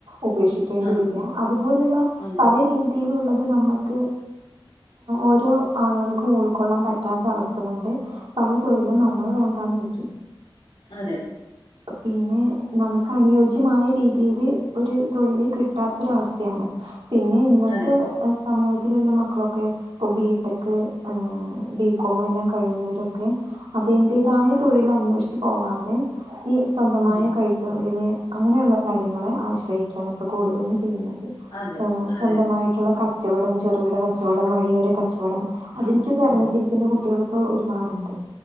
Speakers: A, on the right; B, on the left.
A: ഉപക്ഷ ണ്ട
B: ആ
A: വരി അതുപോലുള്ള
B: അതെ
A: പല രീതിയിലുള്ള അത് നമ്മുക്ക് ഓരോ ആളുകൾക്കും ഉൾക്കൊള്ളാൻ പറ്റാത്ത അവസ്ഥ കൊണ്ട് പല തൊഴിലും
B: ഉം
A: നമ്മള് വേണ്ടാന്ന് വ
B: അതെ
A: പിന്നെ നമുക്ക് അനുയോജ്യമായ രീതിയില് ഒരു തൊഴിൽ കിട്ടാത്തര അവസ്ഥയാണ് പിന്നെ ഇന്നത്തെ
B: അതെ
A: സമൂഹത്തിലുള്ള മക്കളൊക്കെ ഇപ്പോൾ ബിടെക്ക് ബികോം എല്ലാം കഴിഞ്ഞവരൊക്കെ അതിന്റേതായ തൊഴിൽ അന്വേഷിച്ചച്ച് പോവാതെ ഈ സ്വന്തമായ
B: ഉം
A: കൈത്തൊഴിൽ അങ്ങനെയുള്ള കാര്യങ്ങളെ ആശ്രയിക്കുകയാണ് ഇപ്പോൾ കൂടുതലും ചെയ്യുന്നത്
B: അതെ
A: സ്വന്തമായിട്ടുള്ള
B: അതെ അതെ
A: കച്ചവടം ചെറുകിട കച്ചവടം വഴിയോര കച്ചവടം അതിലക്കൊക്കെ ഇറങ്ങിത്തിരിക്കുന്ന
B: ഉം
A: കുട്ടികൾ ഇപ്പോൾ ഒരുപാടുണ്ട്